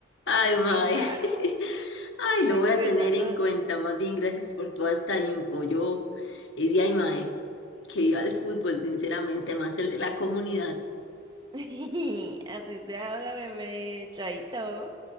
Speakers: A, on the left; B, on the right.
A: Ay,
B: Amela,
A: Mae. <laughs> Ay, lo
B: recuérdalo.
A: voy a tener en cuenta. Más bien, gracias por toda esta info. Yo, y de ay, Mae, que viva el fútbol, sinceramente, más el de la comunidad.
B: <laughs> Así se habla, bebé, chaito.